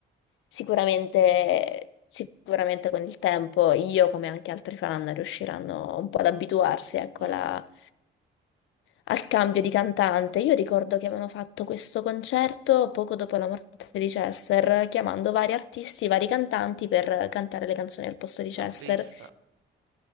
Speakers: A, on the left; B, on the right.
A: Sicuramente, sicuramente con il tempo io, come anche altri fan, riusciranno un po' ad abituarsi, ecco,
B: Mm,
A: alla- al cambio di cantante. Io ricordo che avevano fatto questo concerto poco dopo la morte di Chester, chiamando vari artisti, vari cantanti per cantare le canzoni al posto di Chester.
B: l'ho visto.